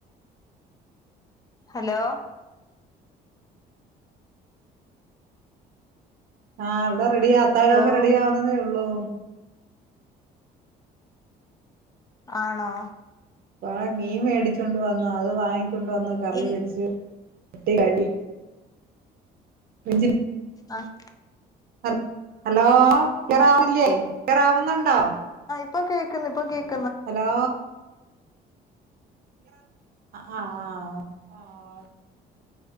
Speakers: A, on the left; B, on the right.
A: ഹലോ
B: ആഹ് വിടെ റെഡിയാ ത്താഴൊക്കെ
A: ഹലോ
B: റെഡി ആവുന്നതേ ഒള്ളൂ
A: ആണോ
B: കൊറേ മീൻ മേടിച്ചൊണ്ട് വന്നൂ അത് വാങ്ങി കൊണ്ട് വന്ന് കറി
A: ഇൽ
B: വെച്ച് ട്ടി കടി ഇഞ്ചി
A: ആഹ്
B: ഹ ഹലോ ക്ലിയറാവുന്നില്ലേ ക്ലിയാറാവുന്നുണ്ടോ
A: ഇപ്പ കേൾക്കുന്നു ഇപ്പ കേക്കുന്നു
B: ഹലോ ആഹ് ആഹ് ആഹ